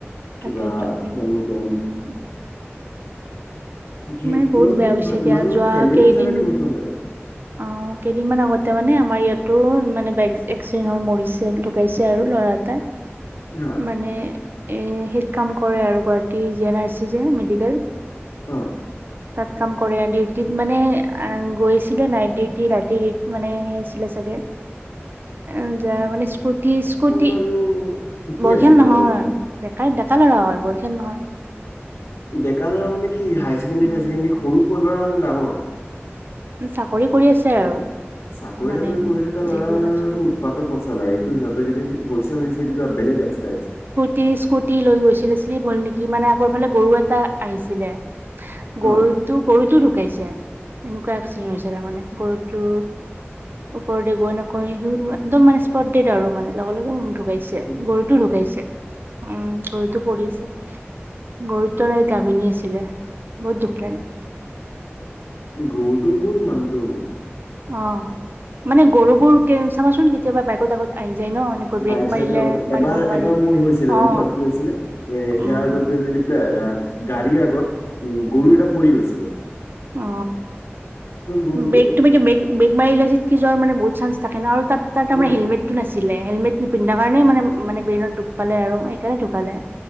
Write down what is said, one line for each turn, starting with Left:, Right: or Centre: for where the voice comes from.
Right: তাকেইতো
Left: কিবা
Right: উম
Left: এনটেন
Right: উম
Left: যি
Right: মানে বহুত
Left: ইমান
Right: বেয়া হৈছে
Left: ইমানো
Right: দিয়া যোৱা
Left: ফেমিলি
Right: কেইদিন
Left: হিচাপে ক্ল'জ নহয় আৰু,
Right: অ কেইদিনমান আগতে মানে আমাৰ ইয়াতো মানে, বাইক এক্সিডেণ্ট হয় মৰিছে ঢুকাইছে আৰু ল'ৰা এটা।
Left: অ
Right: মানে, এ হেৰিত কাম কৰে আৰু, গুৱাহাটীৰ জি এন আৰ চি যে, মেডিকেল
Left: অ
Right: তাত কাম কৰে, ডিউটিত মানে গৈছিলে নাইট ডিউটি ৰাতিত মানে সেই আছিলে চাগে,
Left: উ <inaudible>
Right: এ যায় মানে, স্কুটি স্কুটি,
Left: বাৰু ঠিকেই
Right: বয়সীয়াল
Left: আছে ধৰা
Right: নহয়,
Left: লৈ পেলাই
Right: ডেকাই, ডেকা ল'ৰা হয়, বয়সীয়াল নহয়।
Left: ডেকা ল'ৰা মানে কি, হাই ছেকেণ্ডেৰী,
Right: উম
Left: চাই ছেকেণ্ডাৰী সৰু ল'ৰা নে ডাঙৰ?
Right: চাকৰি কৰি আছে আৰু
Left: চাকৰি
Right: মানে
Left: তাকৰি কৰি থকা লৰাৰো
Right: ডিগ্ৰী পাছ কৰি
Left: উৎপাদ তত নচলাই, এইটো সিহঁতে যদি হৈছে বেলেগ ৰাস্তৰে আহিছে।
Right: টি স্কুটি লৈ গৈছিলে, চ্লিপ হ'ল নেকি, মানে আগৰ ফালে গৰু এটা আহিছিলে, গৰুটো,
Left: অ
Right: গৰুটো ঢুকাইছে, এনেকুৱা এক্সিডেণ্ট হৈছে তাৰমানে, গৰুটো ওপৰতে গৈ নকয়, সি একদম মানে স্পৰ্ডেড আৰু মানে লগে লগে ঢুকাইছে,
Left: উ
Right: গৰুতো ঢুকাইছে। উম গৰুতো পৰি আছে। গুৰুতৰাই গাভিনী আছিলে, বহুত দুখ লাগে।
Left: গৰুটোও গ'ল, মানুহটোও গ'ল।
Right: অ, মানে গৰুবোৰ কে চাবাচোন কেতিয়াবা বাইকত আগত আহি যায় ন এনেকৈ ব্ৰেক
Left: বাইক
Right: মাৰিলে
Left: চাইকৰ আগত,
Right: মাৰিব
Left: এবাৰ
Right: নোৱাৰি
Left: এবাৰ মোৰ হৈছিলে, গম
Right: অ
Left: পোৱা কি হৈছিলে, এয়াৰ
Right: উম
Left: আগত গৈ মেলি গাড়ীৰ আগত উম গৰু এটা পৰি গৈছে,
Right: অ
Left: গৰুটো
Right: মটোুমি যে বে <unintelligible> ব্ৰেক মাৰিলে পৰি যোৱাৰ মানে বহুত চানঞ্চ থাকে ন, আৰু তাৰমানে
Left: অ
Right: হেলমেটটো নাছিলে, হেলমেট নিপিন্ধাৰ কাৰণে মানে মানে বেইনত দুখ পালে আৰু সেইকাৰণে ঢুকালে।